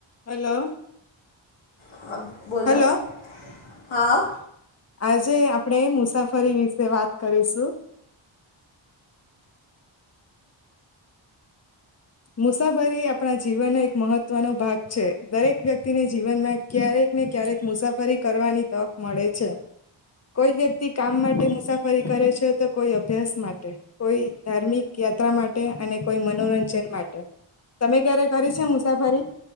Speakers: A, on the left (about 35°); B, on the left (about 85°).
A: હેલો.
B: હા, બોલો.
A: હેલો
B: હા.
A: આજે આપણે મુસાફરી વિશે વાત કરીશું. મુસાફરી આપણા જીવનનો એક મહત્વનો ભાગ છે દરેક વ્યક્તિને જીવનમાં ક્યારેક ને ક્યારેક મુસાફરી કરવાની તક મળે છે કોઈ વ્યક્તિ કામ માટે મુસાફરી કરે છે તો કોઈ અભ્યાસ માટે, કોઈ ધાર્મિક યાત્રા માટે અને કોઈ મનોરંજન માટે. તમે ક્યારે કરી છે મુસાફરી?